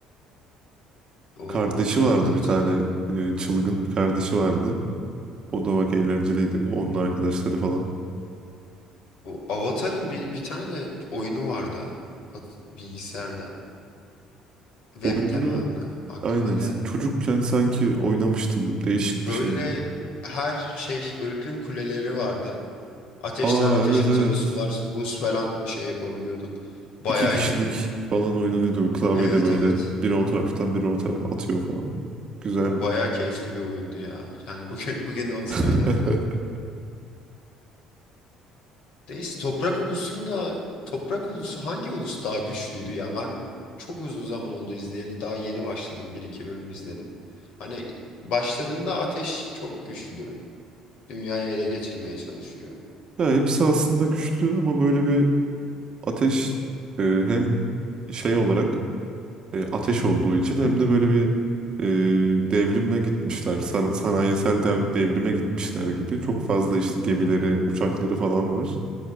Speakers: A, on the left; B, on the right.
A: Onu,
B: Kardeşi
A: onu ben
B: vardı
A: de hatırlamıyorum.
B: bir tane e, çılgın bir kardeşi vardı. O da bak eğlenceliydi. Onun arkadaşları falan.
A: Bu Avatar'ın bir, bir tane de oyunu vardı. Hat- bilgisayarda. Web
B: Oyununu
A: tabanlı. Aklıma
B: aynen
A: geldi.
B: çocukken sanki oynamıştım. Değişik
A: Böyle
B: bir şeydi.
A: her şey ırkın kuleleri vardı. Ateşler
B: Aa
A: ateş
B: evet
A: atıyordu.
B: evet.
A: Sular buz falan şey yapabiliyordun. Bayağı
B: İki kişilik
A: iyiydi.
B: falan oynanıyordu bu klavyede
A: Evet
B: böyle
A: evet.
B: biri o taraftan biri o tarafa atıyor falan. böyle. Güzeldi.
A: O bayağı keyifli bir oyundu ya. Yani bugün <laughs> bugün olsa
B: <laughs>
A: oynarım herhalde. Deist toprak ulusunda toprak ulusu hangi ulus daha güçlüydü ya? Ben çok uzun zaman oldu izleyeli. Daha yeni başladım. Bir iki bölüm izledim. Hani başladığında ateş çok güçlü. Dünyayı ele geçirmeye çalışıyor.
B: Ya hepsi aslında güçlü ama böyle bir ateş e, hem şey olarak e, ateş olduğu için hem de böyle bir e, devrime gitmişler. San- sanayisel dev- devrime gitmişler gibi. Çok fazla işte gemileri, uçakları falan var.